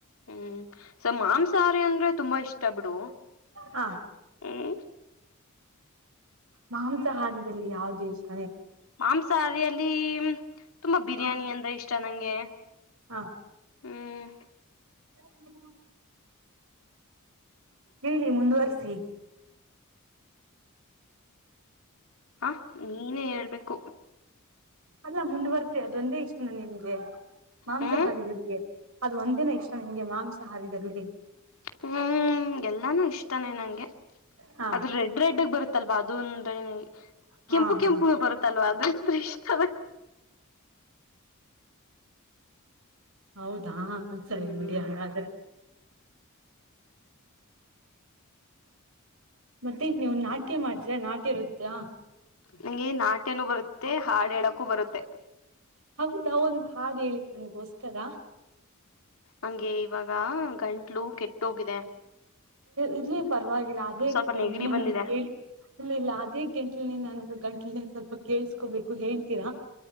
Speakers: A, on the left; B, on the right.
A: ಹ್ಮ್. ಸ ಮಾಂಸಾಹಾರಿ ಅಂದ್ರೆ ತುಂಬಾ ಇಷ್ಟ ಬಿಡು
B: ಹ
A: ಹ್ಮ.
B: ಮಾಂಸ ಹಾರದಲ್ಲಿ ಯಾವು್ದು ಎಷ್ಟು.
A: ಮಾಂಸಾಹಾರಿಯಲ್ಲಿ. ತುಂಬಾ ಬಿರಿಯಾನಿ
B: ಹ
A: ಅಂದ್ರೆ ಇಷ್ಟ ನಂಗೆ
B: ಹ
A: ಹ್ಮ್.
B: ಹ್ಮ್. ಹೇಳಿ ಮುಂದುವಸಿ.
A: ಹ ನೀನೇ ಹೇಳ್ಬೇಕು.
B: ಅಲ್ಲ ಮುಂದುವರ್ತೀವಿ ಅದೊಂದೇ ಇಷ್ಟನ ನಿಮ್ಗೆ ಮಾಂಸಹಾರ.
A: ಹ್ಮ್
B: ಅದು ಒಂದೇನ ಇಷ್ಟ ನಿಂಗೆ ಮಾಂಸಾಹಾರದಲ್ಲಿ.
A: ಹ್ಮ್ ಎಲ್ಲಾನು ಇಷ್ಟಾನನೆ ನಂಗೆ
B: ಹಾ
A: ಅದು ರೆಡ್ ರೆಡ್ಗ್ ಬರುತ್ ಅಲ್ವಾ ಇದು ಒಂದು ಕಡೆ.
B: ಹಾ
A: ಕೆಂಪು
B: ಹಾ
A: ಕೆಂಪು ಬರುತ್ತಲ್ವಾ ಅದ್ರ ಇಷ್ಟ.
B: ಹೌದಾ ಸರಿ
A: ಹ್ಮ್
B: ಬಿಡಿ ಹಾಗಾದ್ರೆ. ಮತ್ತೆ ನೀವು ನಾಟ್ಯ ಮಾಡ್ತೀರಾ ನಾಟ್ಯ ಇರುತ್ತಾ.
A: ನಂಗೆ ನಾಟ್ಯನುೂ ಬರುತ್ತೆ ಹಾಡಕೂ ಬರುತ್ತೆ.
B: ಹೌದ ಒಂದ್ ಹಾಡ್ ಹೇಳಿದ ನನ್ಗೋಸ್ಕರ.
A: ಹಂಗೆ ಇವಾಗ ಗಂಟ್ಲು ಕೆಟ್ಟ ಹೋಗಿದೆ.
B: ಇರ್ಲಿ ಪರವಾಗಿಲ್ಲ ಅದೇ
A: ಸ್ವಲ್ಪ
B: ಗಂಟಿನ
A: ನೆಗಡಿ ಬಂದಿದೆ
B: ನನ್ ಕೇಳ. ಇಲ್ಲ ಇಲ್ಲ ಅದೇ ಗಂಟ್ಲನೆ ನಾನು ಗಂಟ್ಲ ಸ್ವಲ್ಪ ಕೇಳ್ಸ್ಕೋಬೇಕು ಹೇಳ್ತೀರಾ.